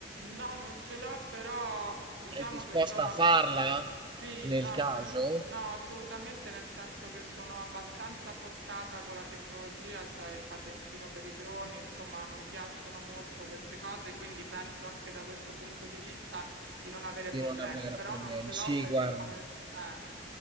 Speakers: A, on the right; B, on the right.
A: No, non ce l'ho, però diciamo
B: È disposta
A: che sono
B: a
A: abbastanza...
B: farla
A: Sì,
B: nel
A: no,
B: caso
A: non me- no, assolutamente nel senso che sono abbastanza portata con la tecnologia, cioè il patentino per i droni, insomma, mi piacciono molto queste cose, quindi penso anche da questo punto di vista di non avere
B: di
A: problemi,
B: non avere
A: però
B: problemi?
A: non ce l'ho
B: Sì,
A: perché
B: guarda.
A: come... eh.